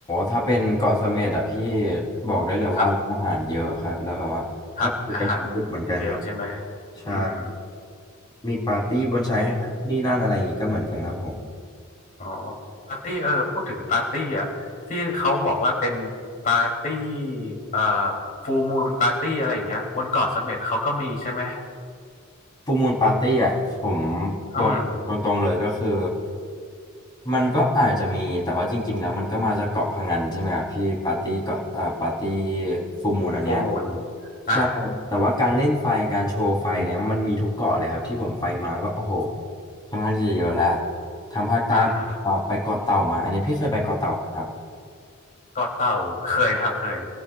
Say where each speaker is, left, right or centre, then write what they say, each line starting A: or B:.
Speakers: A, on the left; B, on the left.
A: ถ้าเป็นเกาะเสม็ดอะพี่บอกได้เลยว่าร้านอาหารเยอะครับแล้วแบบว่าก็ไปกันถึงดึกเหมือนกันครับ
B: ครับครับอาหารเจอใช่ไหม
A: ใช่
B: อืม
A: มีปาร์ตี้บนชายหาดนี่นั่นอะไรอย่างงี้ก็เหมือนกันครับผม
B: โอเคอ๋อปาร์ตี้เออพูดถึงปาร์ตี้อ่ะที่เขาบอกว่าเป็นปาร์ตี้เอ่อฟูมูนปาร์ตี้อะไรอย่างเงี้ยบนเกาะเสม็ดเขาก็มีใช่ไหม
A: ฟูลมูนปาร์ตี้อ่ะผม
B: อืม
A: บอกตรงๆเลยก็คือมันก็อาจจะมีแต่ว่าจริงๆแล้วมันก็มาจากเกาะพะงันใช่ไหมครับพี่ปาร์ตี้เกาะเอ่อปาร์ตี้ฟูลมูนอันเนี้ย
B: โฟร์มูลอ่า
A: ใช่แต่ว่าการเล่นไฟการโชว์ไฟเนี่ยมันมีทุกเกาะเลยครับที่ผมไปมาก็โอ้โหค่อนข้างที่จะเยอะแล้วทางภาคใต้ผมก็ไปเกาะเต่ามาอันนี้พี่เคยไปเกาะเต่าไหมครับ
B: อ่าก็เต่าเคยครับเคย